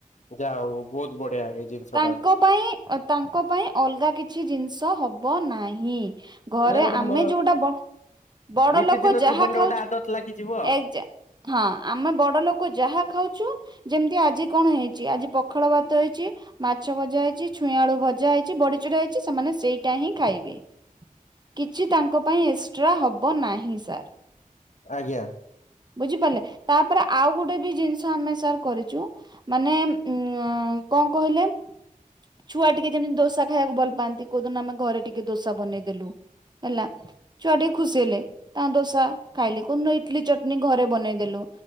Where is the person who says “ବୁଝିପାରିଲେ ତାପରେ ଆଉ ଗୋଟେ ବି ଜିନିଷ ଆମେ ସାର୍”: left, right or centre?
Right